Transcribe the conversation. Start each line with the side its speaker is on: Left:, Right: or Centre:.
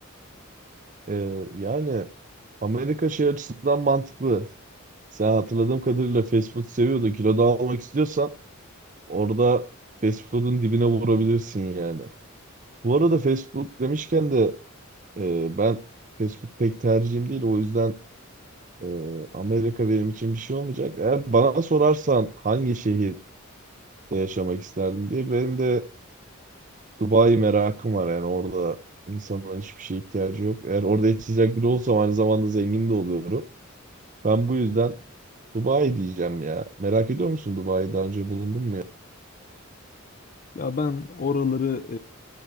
Right: E, yani Amerika şey açısından mantıklı. Sen hatırladığım kadarıyla fast food seviyordun. Kilo da almak istiyorsan orada fast food'un dibine vurabilirsin yani. Bu arada fast food demişken de e, ben fast food pek tercihim değil. O yüzden Ee, Amerika benim için bir şey olmayacak. Eğer bana sorarsan hangi şehirde yaşamak isterdin diye benim de Dubai merakım var. Yani orada insanların hiçbir şeye ihtiyacı yok. Eğer orada yaşayacak biri olsam aynı zamanda zengin de oluyorum. Ben bu yüzden Dubai diyeceğim ya. Merak ediyor musun Dubai'de daha önce bulundun mu ya?
Left: Ya ben oraları